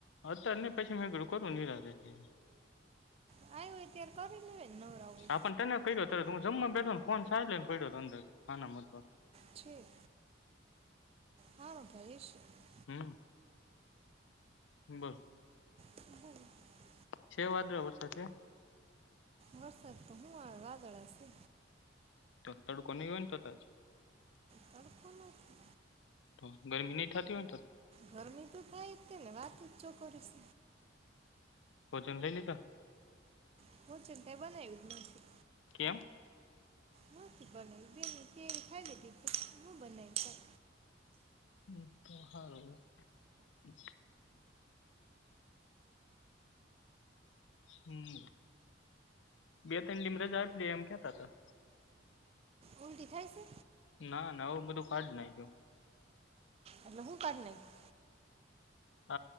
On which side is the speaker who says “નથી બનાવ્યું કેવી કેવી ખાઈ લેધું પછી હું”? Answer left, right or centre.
Right